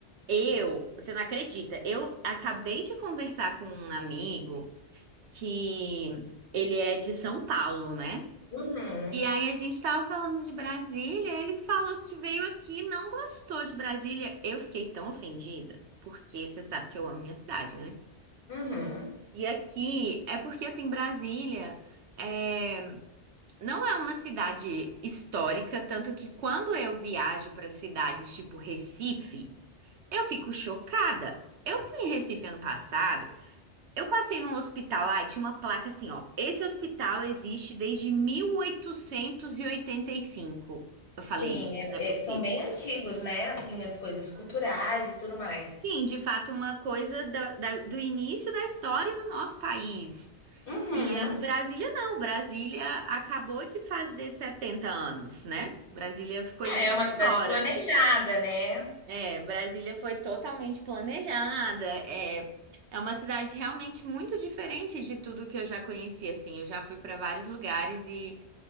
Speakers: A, on the right (about 80°); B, on the left (about 55°).
A: eu, você não acredita, eu acabei de conversar com um amigo que ele é de São Paulo, né?
B: Uhum.
A: E aí a gente tava falando de Brasília, ele falou que veio aqui e não gostou de Brasília. Eu fiquei tão ofendida, porque você sabe que eu amo minha cidade, né?
B: Uhum.
A: E aqui é porque assim, Brasília é... não é uma cidade histórica, tanto que quando eu viajo para cidades tipo Recife, eu fico chocada. Eu fui em Recife ano passado. Eu passei num hospital lá e tinha uma placa assim, ó. Esse hospital existe desde mil oitocentos e e oitenta e cinco
B: Sim,
A: Eu falei,
B: é
A: não é possível.
B: é são bem antigos, né, assim, as coisas culturais e tudo mais.
A: Sim, de fato, uma coisa da- da- do início da história do nosso país.
B: Uhum.
A: E a Brasília não, Brasília acabou de fazer 70 anos, né? Brasília ficou idosa
B: É, é uma cidade
A: agora.
B: planejada, né.
A: É, Brasília foi totalmente planejada. É, é uma cidade realmente muito diferente de tudo que eu já conheci, assim. Eu já fui para vários lugares e